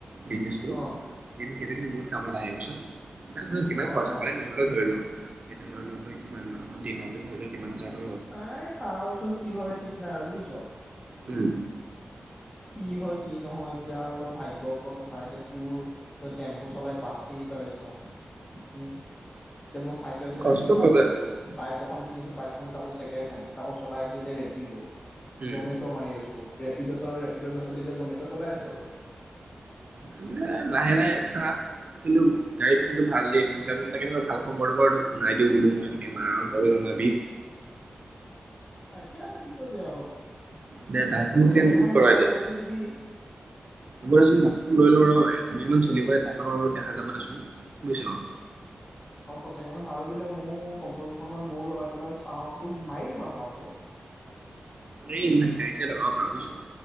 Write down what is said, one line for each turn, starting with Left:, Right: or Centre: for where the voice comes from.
Right: বিজনেছটো
Left: অ
Right: সেইটো-সেইটো কিন্তু বহুত কামত আহে বুজিছ। কিছুমান
Left: অ
Right: পইচা
Left: অ
Right: পা নহয়। ধৰি ল এ ধৰি ল তই কিমান মাহ দিনতে ধৰি ল কিমান হাজাৰ টকা।
Left: নাই চাওঁৰচোন কি হয় ঠিক নাই বুজিছ।
Right: উম,
Left: কি হয় কি নহয় এতিয়া আৰু তই ভাগ্যৰ ওপৰত কথা এতিয়া তোৰ তই টেম্পু চলাই বাছ কিনি পেলাইছ। উম, তে মই চাইকেল চলাই
Right: কষ্ট
Left: কি বালডাল
Right: কৰিব
Left: কৰিলো। বাই, এখন কিনিছো বাইকখনো ছেকেণ্ডহেণ্ড তাকো চলাই আছো এতিয়া ৰেপিডো।
Right: উম
Left: জমেট' মাৰি আছো। ৰেপডও চলাও ৰেপিড, ৰেপিড নচলীলে এতিয়া জমেটো চলাই আছো আৰু।
Right: ত লাহে-লাহে চা কিন্তু গাড়ী পিছটো ভাল দিম নিছানে তাকে ম ভাল খবৰটো বাৰু তোক শুনাই দিওঁ বোলো মই তাকে মাৰ তাকে জনাবি।
Left: তাকে আৰু কি কৰিবি আৰু।
Right: দে দাৰ্জিলিং
Left: পইচা
Right: প্লেনটো
Left: কেইটামান
Right: কি কৰা
Left: ধাৰলৈ
Right: এতিয়া
Left: দিয় যদি দিবি।
Right: হ'ব দেচোন বাছখন লৈ লো ৰ এক দুদিনমান চলিবলৈ তাপা আৰু দেখা যাবা দেচোন বুজছ।
Left: অ' পইচা কেইমান ধাৰ দিলে ময়ো টমটম দুখন মান ময়ো লগাই পেলাই চাওঁ তোক মাৰি দিম বাৰু ধৰাটো।
Right: এই নাই গাড়ী চাই লগাব পা বুজিছ